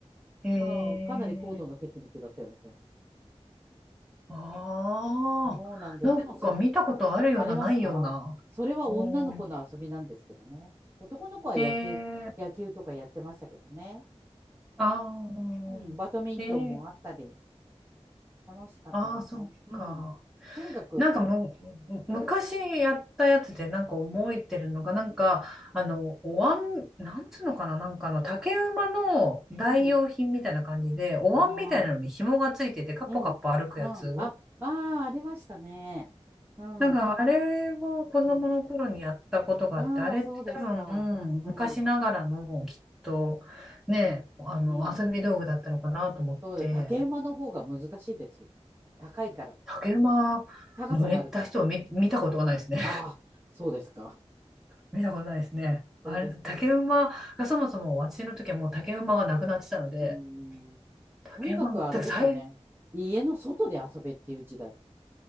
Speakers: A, in the centre; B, on the right.
A: ん。へえ。
B: あのかなり高度なテクニックだったような気がする。
A: ああ、
B: そうなんで、
A: なんか見たことあるような、
B: でもそ、ありますかそれは女の子の遊びなんですけどね。
A: ないような。うん。
B: 男の子は野球、
A: へえ。
B: 野球とかやってましたけどね。
A: ああ、
B: うん、バドミントンもあったり、
A: ええ。
B: 楽しかったですよ。
A: ああ、そっか。
B: うん。とにかく、
A: なんかむ、昔やったやつでなんか覚えてるのが、なんか、あの、お椀、なんつうのかな、なんかあの、竹馬の代用品みたいな感じで、
B: うん。
A: お椀みたいなのに紐がついてて、
B: ああ、
A: カッポカッポ歩くやつ。
B: うん、うん。あ、ああ、ありましたね。うん。
A: なんか、あれを子供の頃にやったことがあって、
B: うん、ああ、
A: あれって多分、
B: そうですか。
A: 昔ながらの、
B: うん。
A: きっと、ね、あの、
B: うん。
A: 遊び道具だったのかなと思って、
B: そうで、竹馬の方が難しいですよ。高いから。
A: 竹馬乗れた人を見、
B: 高さがあるから。
A: 見たことがないですね。
B: ああ、そうですか。
A: 見たことないですね。
B: そうですか。
A: あれ、竹馬がそもそも私の時はもう竹馬がなくなってたので、
B: うーん。
A: 竹馬、
B: とにかくあれですよね。
A: てか最、
B: 家の外で遊べっていう時代。